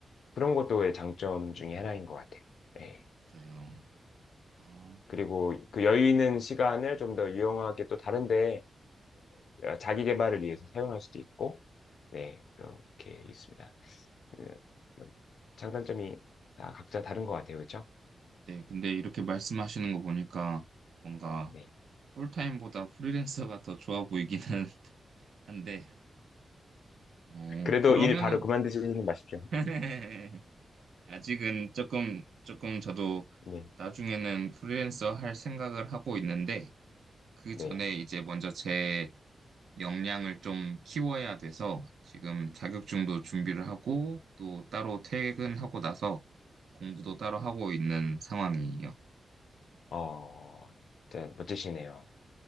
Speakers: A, on the left (about 75°); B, on the right (about 80°).
A: 그런 것도 장점 중에 하나인 것 같아요. 예.
B: 맞아요. 아,
A: 그리고 그 여유 있는 시간을 좀 더 유용하게 또 다른데 자기 개발을 위해서 사용할 수도 있고 네, 그렇게 있습니다. 그, 뭐, 장단점이 다 각자 다른 것 같아요. 그렇죠?
B: 네, 근데 이렇게 말씀하시는 거 보니까 뭔가
A: 네.
B: 풀타임보다 프리랜서가 더 좋아 보이기는 <laughs> 한데, 어,
A: 그래도
B: 그러면은,
A: 일 바로 그만두지는 마십시오.
B: <laughs> 아직은 조금, 조금 저도
A: 네.
B: 나중에는 프리랜서 할 생각을 하고 있는데, 그
A: 네.
B: 전에 이제 먼저 제 역량을 좀 키워야 돼서 지금 자격증도 준비를 하고 또 따로 퇴근하고 나서 공부도 따로 하고 있는 상황이에요.
A: 어, 진짜 멋지시네요.